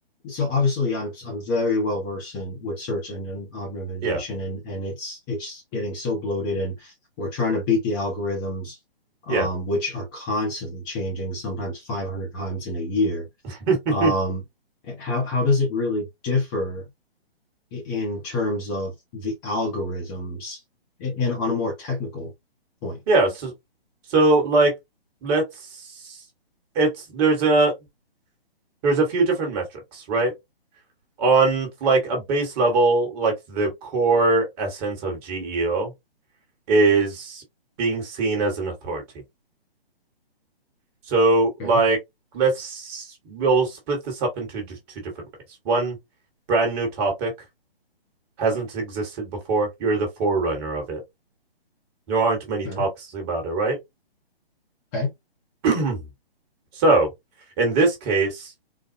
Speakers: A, on the left (about 20°); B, on the right (about 20°).
A: So obviously, I'm I'm very well versed in with search engine optimization,
B: Yeah.
A: and and it's it's getting so bloated, and we're trying to beat the algorithms, um,
B: Yeah.
A: which are constantly changing, sometimes 500 times in a year.
B: <laughs>
A: Um, eh, how how does it really differ i- in terms of the algorithms, a- and on a more technical point?
B: yeah. So so like let's it's there's a there's a few different metrics, right? On like a base level, like the core essence of GEO is being seen as an authority. So
A: Okay,
B: like let's we'll split this up into two different ways. One brand new topic hasn't existed before. You're the forerunner of it. There aren't many
A: sure.
B: topics about it, right?
A: Okay,
B: <clears throat> So, in this case,